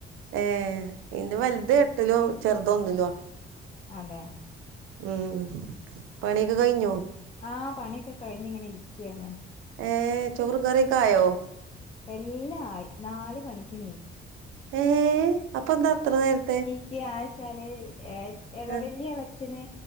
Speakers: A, on the right; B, on the left.
A: ഏഹ് ഇൻ്റെ വൽത് എട്ടിലും ചെർത് ഒന്നിലോ
B: അതെ
A: ഉം പണ്യൊക്കെ കയ്ഞ്ഞൊ
B: ആ പണ്യൊക്കെ കഴിഞ്ഞ്ങ്ങനെ ഇരിക്യാണ്
A: ഏ ചോറും കറ്യൊക്കായൊ
B: എല്ലാം ആയി, നാല് മണിക്ക് നീക്കും.
A: ഏഹ് അപ്പൊ എന്താ അത്ര നേരത്തെ.
B: ക്ക് ആശാല് എ എള
A: ആഹ്
B: വെല്യഎളച്ചന്